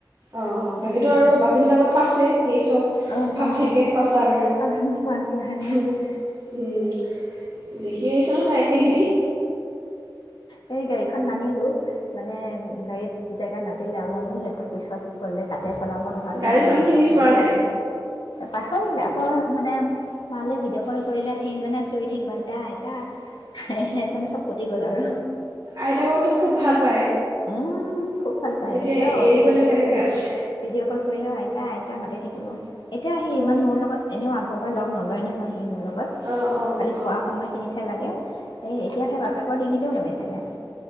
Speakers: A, on the right; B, on the left.
A: অ', বাকীটো
B: দেৰিকে
A: আৰু
B: কৈছিলোঁ।
A: বাকীবিলাকত ফাৰ্ষ্ট সেই চব
B: অ',
A: ফাৰ্ষ্ট
B: অ',
A: শিকে, ফাৰ্ষ্ট লাৰ্ণাৰ,
B: অ', ফাৰ্ষ্ট লাৰ্ণাৰ।
A: উম। কিছে ন' তাৰ এক্টিভিটি
B: এনে গাড়ীখন নানিলো। মানে গাড়ীত জেগা নথ তি লভ বুলি সেইখন পিছত গ'লে তাত তাতে চলাব নহ'লে
A: গাড়ীখন
B: আৰু পিছত
A: সি মিছ
B: গ'লে
A: কৰা নাই
B: পাহৰিল আকৌ মানে তালৈ ভিডিঅ' কল কৰিলে সি মানে চিঞৰি থাকিব আইতা আইতা হেহে মাণে চব ফুতি গ'ল আৰু
A: আইতাককতো খুব ভাল পায়
B: উম, খুব ভাল পায়
A: এতিয়া
B: এতিয়াও
A: এৰি
B: ফোন
A: পেলাই
B: টো
A: কেনেকৈ
B: কৰিলে
A: আছে
B: ভিডিঅ' কল কৰিলেও আইতা আইতা মাতি থাকিব। এতিয়া আহি
A: অ'
B: ইমান মোৰ লগত এনেও আগৰ পৰা লগ নলয় নহয় সি মোৰ লগ
A: অঁ অঁ
B: খালি শুৱা
A: অঁ
B: সময়খিনিতহে লাগে সেইত তেতিয়া সেই বাপেকৰ ডিঙিতে ওলমি থাকে,